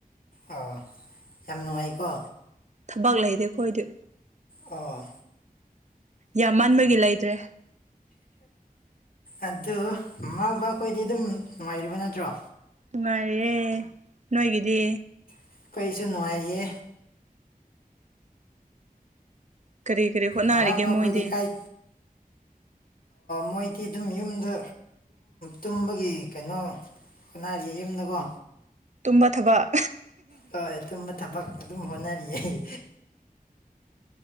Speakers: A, on the left (about 70°); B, on the right (about 50°).
A: ꯑ ꯌꯥꯝ ꯅꯨꯡꯉꯥꯏꯀꯣ
B: ꯊꯕꯛ ꯂꯩꯗꯦ ꯑꯩ ꯈꯣꯏꯗꯤꯦ
A: ꯑꯣ
B: ꯌꯥꯝ ꯃꯟꯕꯒꯤ ꯂꯩꯇ꯭ꯔꯦ
A: ꯑꯗꯨ ꯃꯃꯥ ꯕꯈꯣꯏꯗꯤ ꯑꯗꯨꯝ ꯅꯨꯡꯉꯥꯏꯔꯤꯕ ꯅꯠꯇ꯭ꯔꯣ
B: ꯅꯨꯡꯉꯥꯏꯔꯑꯦ ꯅꯣꯏꯒꯤꯗꯤ
A: ꯑꯩꯈꯩꯁꯨ ꯅꯨꯡꯉꯥꯏꯔꯤꯌꯦ
B: ꯀꯔꯤ ꯀꯔꯤ ꯍꯣꯠꯅꯔꯤꯒꯦ
A: ꯃꯃꯥ ꯕꯕꯥꯈꯣꯏꯗꯤ
B: ꯃꯣꯏꯗꯤ
A: ꯀꯥꯏ ꯃꯣꯏꯗꯤ ꯑꯗꯨꯝ ꯌꯨꯝꯗ ꯇꯨꯝꯕꯒꯤ ꯀꯩꯅꯣ ꯍꯣꯠꯅꯥꯔꯤꯌꯦ ꯌꯨꯝꯗꯀꯣ
B: ꯇꯨꯝꯕ ꯊꯕꯛ
A: ꯍꯣꯏ ꯇꯨꯝꯕ ꯊꯕꯛ ꯑꯗꯨꯝ ꯍꯣꯠꯅꯔꯤꯌꯦ <inaudible>